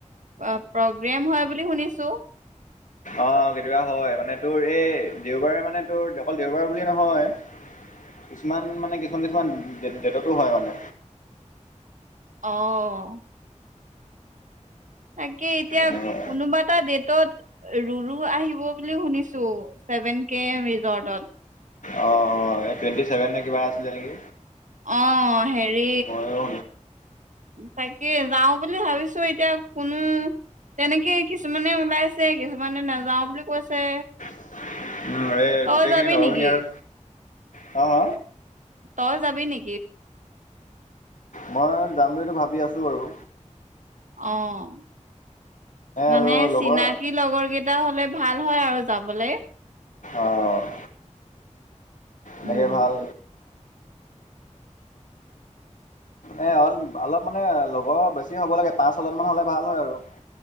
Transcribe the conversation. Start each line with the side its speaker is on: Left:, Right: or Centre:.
Right: প্ৰগ্ৰেম হয় বুলি শুনিছোঁ।
Left: অ', কেতিয়াবা হয়। মানে, তোৰ এই দেওবাৰে মানে, তোৰ, অকল দেওবাৰে বুলি নহয়। কিছুমান মানে, কিছুমান, কিছুমান ডেটতো হয় মানে
Right: অ'। তাকে এতিয়া
Left: তেনেকুৱা
Right: কোনোবা এটা ডেটত ৰুৰু আহিব বুলি শুনিছোঁ। টো, চেভেন কেএম ৰিজৰ্টত।
Left: অ', অ'। এ, টুৱেণ্টি চেভেন নে কিবা আছিলে নেকি?
Right: অ' হেৰি,
Left: ময়ো
Right: তাকে যাও বুলি ভাবিছোঁ। এতিয়া কোনো, তেনেকে কিছুমানে ওলাইছে, কিছুমানে নাযাওঁ বুলি কৈছে।
Left: উম, এই
Right: তই
Left: গোটেইখিনি
Right: যাবি
Left: লগৰ
Right: নেকি
Left: খিনি আৰু হা, হা
Right: তই যাবি নি
Left: মই যাম বুলিতো ভাবি আছ চো, আৰু
Right: অ', মানে
Left: আৰু লগৰ
Right: চিনাকি লগৰ কেইটা হ'লে ভাল হয়, আৰু যাবলে।
Left: অ'।
Right: উম
Left: বাকী ভাল? এ, অল-অলপ মানে লগৰ বেছি হ'ব লাগে পাঁচ, ছজন মান হ'লে ভাল হয়, আৰু।